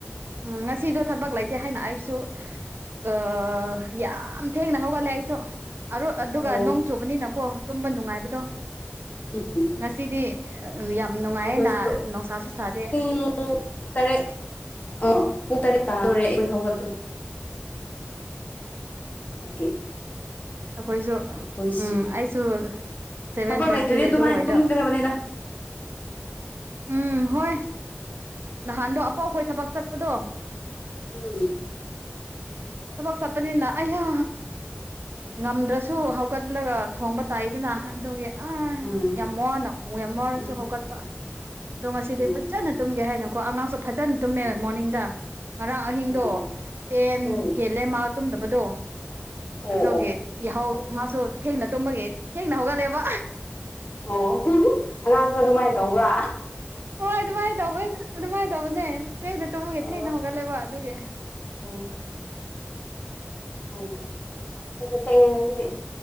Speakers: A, on the right; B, on the left.
A: ꯎꯝ ꯉꯁꯤꯗꯣ ꯊꯕꯛ ꯂꯩꯇꯦ ꯍꯥꯏꯅ ꯑꯩꯁꯨ ꯑ ꯌꯥꯝ ꯊꯦꯡꯡꯅ ꯍꯧꯒꯠꯂꯦ ꯑꯩꯥ‌ꯁꯨ ꯑꯔꯣ ꯑꯗꯨꯒ
B: ꯑꯣ
A: ꯅꯣꯡ ꯆꯨꯕꯅꯤꯅꯀꯣ ꯇꯨꯝꯕ ꯅꯨꯡꯉꯥꯏꯕꯗꯣ
B: ꯎꯝ
A: ꯉꯁꯤꯗꯤ ꯑꯥ ꯌꯥꯝ ꯅꯨꯡꯉꯥꯏꯌꯦꯅ
B: ꯑꯩꯈꯣꯏꯁꯨ
A: ꯅꯨꯡꯁꯥꯁꯨ ꯁꯥꯗꯦ
B: ꯄꯨꯡ ꯇꯔꯦꯠ ꯑ ꯄꯨꯡ ꯇꯔꯦꯠ ꯇꯥꯔꯗꯧꯔꯦ ꯑꯩꯈꯣꯢ ꯍꯧꯒꯠ
A: <inaudible>
B: <unintelligible>
A: ꯑꯩꯈꯣꯏꯁꯨ
B: ꯑꯩꯈꯣꯏꯁꯨ
A: ꯎꯝ ꯑꯩꯁꯨ ꯁꯚꯦꯟ
B: ꯊꯕꯛ
A: ꯊꯥꯔꯇꯤ
B: ꯂꯩꯇ꯭ꯔꯗꯤ
A: ꯑꯗꯨꯋꯥꯏꯗ
B: ꯑꯗꯨꯃꯥꯏꯅ ꯇꯨꯝꯒꯗꯕꯅꯤꯗ
A: ꯎꯝ ꯍꯣꯏ ꯅꯍꯥꯟꯗꯣ ꯑꯄꯥꯎ ꯈꯣꯏ ꯊꯕꯛ ꯆꯠꯄꯗꯣ
B: ꯎꯝ
A: ꯊꯕꯛ ꯆꯠꯄꯅꯤꯅꯥ ꯑꯌꯥ ꯉꯝꯗ꯭ꯔꯁꯨ ꯍꯧꯒꯠꯂꯒ ꯊꯣꯡꯕ ꯇꯥꯏꯗꯅ ꯑꯗꯨꯒꯤ ꯑ
B: ꯎꯝ
A: ꯌꯥꯝ ꯋꯥꯅ ꯋꯥꯔꯁꯨ
B: ꯃꯥꯅꯤ
A: ꯍꯧꯒꯠꯄ ꯑꯗꯣ ꯉꯁꯤꯗꯤ
B: ꯎꯝ
A: ꯐꯖꯅ ꯇꯨꯝꯒꯦ ꯍꯥꯏꯅ ꯀꯣ ꯑꯉꯥꯡꯁꯨ ꯐꯖꯅ ꯇꯨꯝꯃꯦ
B: ꯎꯝ
A: ꯃꯣꯔꯅꯤꯡꯗ ꯉꯔꯥꯡ ꯑꯍꯤꯡꯗꯣ
B: ꯑꯣ
A: ꯇꯦꯟ
B: ꯎꯝ
A: ꯍꯦꯜꯂꯦ ꯃꯥ ꯇꯨꯝꯗꯕꯗꯣ
B: ꯑꯣ
A: ꯑꯗꯨꯒꯤ
B: ꯑꯣ
A: ꯌꯥꯍꯧ ꯃꯥꯁꯨ ꯊꯦꯡꯅ ꯇꯨꯝꯕꯒꯤ ꯊꯦꯡꯅ ꯍꯧꯒꯠꯂꯦꯕ
B: ꯑꯣ ꯑꯉꯥꯡꯁꯨ ꯑꯗꯨꯃꯥꯏꯅ ꯇꯧꯕ꯭ꯔꯥ
A: ꯍꯣꯏ ꯑꯗꯨꯃꯥꯏꯅ ꯇꯧꯕ ꯑꯗꯨꯃꯥꯏꯅ ꯇꯧꯕꯅꯦ ꯊꯦꯡꯅ ꯇꯨꯝꯃꯒꯦ
B: ꯑꯣ
A: ꯊꯦꯡꯅ ꯍꯧꯒꯠꯂꯦꯕ ꯑꯗꯨꯒꯤ
B: ꯑꯣ ꯈꯪꯗ꯭ꯔꯦ ꯑꯩꯁꯨ ꯊꯦꯡꯉꯦ ꯉꯁꯤꯗꯤ